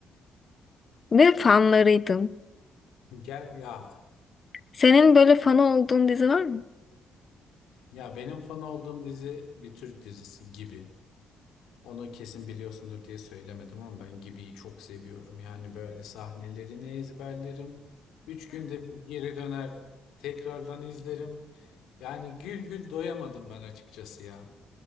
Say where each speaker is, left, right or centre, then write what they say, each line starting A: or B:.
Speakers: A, on the left; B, on the left.
A: Ve fanlarıydım.
B: Ger ya
A: Senin böyle fanı olduğun dizi var mı?
B: ya benim fan olduğum dizi bir Türk dizisi gibi. Onu kesin biliyorsundur diye söylemedim ama ben Gibi'yi çok seviyorum. Yani böyle sahnelerini ezberlerim. Üç günde bir geri döner, tekrardan izlerim. Yani gül gül doyamadım ben açıkçası ya.